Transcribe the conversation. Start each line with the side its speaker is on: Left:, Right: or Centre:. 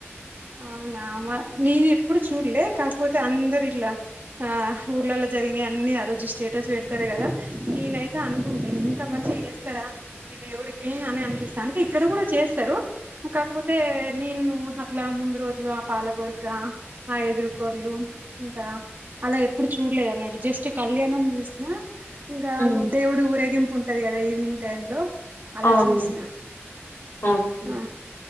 Right: అవునా నేను ఎప్పుడు చూడలే కాకపోతే అందరు ఇట్లా ఆ ఊర్లలో జరిగినా అన్ని ఆ రోజు స్టేటస్ పెడతారు కదా నేనైతే అనుకుంటా ఇంత మంచిగ చేస్ స్తారా ఈ దేవుడికి అని అనిపిస్తా అంటే ఇక్కడ కూడా చేస్తారు కాకపోతే నేను అట్లా ముందు రోజు పాల బొర్క ఆ ఎదురుకొరలు ఇంక అలా ఎప్పుడు చూడలేదు అన్నట్టు జస్ట్ కళ్యాణం చూసినా ఇంకా
Left: హ్మ్.
Right: ఊ దేవుడు ఊరేగింపు ఉంటాది కదా ఈవినింగ్ టైమ్ లో అలా
Left: అవును
Right: చూసిన
Left: ఓకే
Right: ఆ